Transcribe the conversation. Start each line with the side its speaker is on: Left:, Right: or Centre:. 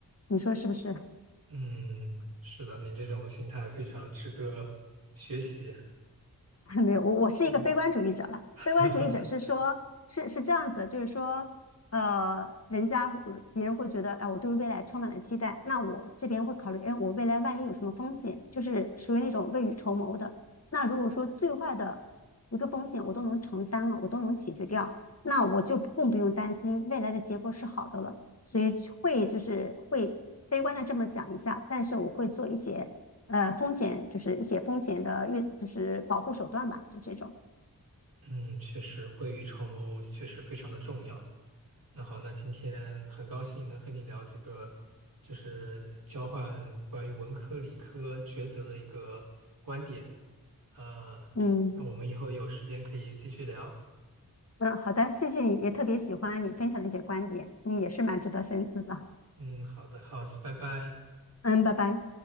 Left: 你说是不是？
Right: 嗯，是的，你这种心态非常值得学习。
Left: <laughs> 没有，我我是一个悲观主义者了。
Right: 对，<laughs>
Left: 悲观主义者是说，是是这样子的就是说，呃，人家别人会觉得，哎、我对未来充满了期待，那我这边会考虑，哎，我未来万一有什么风险，就是属于那种未雨绸缪的。那如果说最坏的一个风险我都能承担了，我都能解决掉，那我就更不用担心未来的结果是好的了。所以会就是会悲观的这么想一下，但是我会做一些呃风险，就是一些风险的预，就是保护手段吧，就这种。
Right: 嗯，确实，未雨绸缪确实非常的重要。那好，那今天很高兴能和你聊这个，就是交换关于文科理科抉择的一个观点。呃，
Left: 嗯
Right: 那我们以后有时间可以继续聊。
Left: 嗯，好的，谢谢你，也特别喜欢你分享的一些观点，嗯，也是蛮值得深思的。
Right: 嗯，好的，好，拜拜。
Left: 嗯，拜拜。